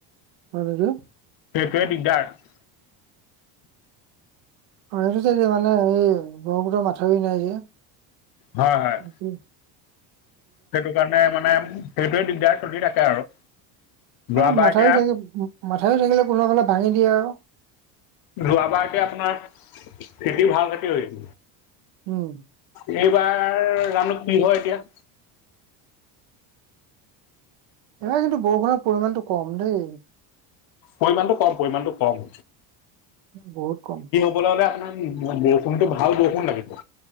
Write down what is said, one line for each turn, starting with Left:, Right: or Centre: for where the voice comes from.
Right: <inaudible>
Left: সেইটোৱে দিগদাৰ।
Right: সেইটো চাইডে মানে, এই ব্ৰহ্মপত্ৰৰ মাথৰি নাই যে।
Left: হয়, হয়।
Right: কি?
Left: সেইটো কাৰণে মানে সেইটোৱে দিগদাৰ চলি থাকে আৰু। যোৱাবাৰ
Right: ম-মাথাৰি
Left: এতিয়া
Right: থাকিল মাথাৰি থাকিলেও কোনোবা ফালে ভাঙি দিয়ে আৰু।
Left: যোৱাড়বাৰকে আপোনাৰ খেতি ভাল খেতি হৈ
Right: উম।
Left: এইবাৰ জানো কি হয় এতিয়া।
Right: এইবাৰ কিন্তু বৰষুণৰ পৰিমাণটো কম দেই।
Left: পৰিমাণটো কম পৰিমাণটো কম।
Right: বহুত কম।
Left: কবলে হলে আপোনাৰ বৰষুণটো ভাল বৰষুণ লাগিব।